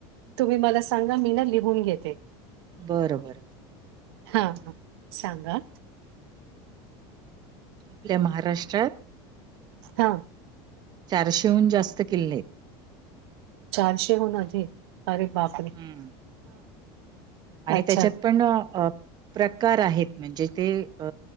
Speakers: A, on the right; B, on the right.
A: तुम्ही मला सांगा मी ना लिहून घेते.
B: बरं बर.
A: हा हा सांगा?
B: आपल्या महाराष्ट्रात...
A: हां
B: चारशेहून जास्त किल्ले आहेत.
A: चारशे अरे बापरे...
B: हम्म आणि
A: अच्छा.
B: त्याच्यात पण प्रकार आहेत म्हणजे ते.... अ